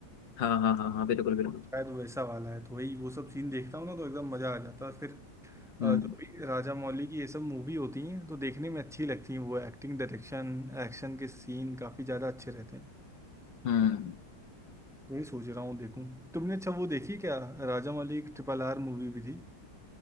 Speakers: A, on the left; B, in the centre.
A: हाँ हाँ हाँ हाँ बिल्कुल बिल्कुल
B: शायद वो वैसा वाला है तो वही वो सब सीन देखता हूँ ना तो एकदम मज़ा आ जाता है फिर अ,
A: हम्म
B: जो भी राजा मौली की ये सब मूवी होती हैं तो देखने में अच्छी लगती हैं वो एक्टिंग डायरेक्शन एक्शन के सीन काफ़ी ज़्यादा अच्छे रहते हैं
A: हम्म
B: तो वही सोच रहा हूँ देखूँ तुमने अच्छा वो देखी क्या राजा मौली की ट्रिपल आर मूवी भी थी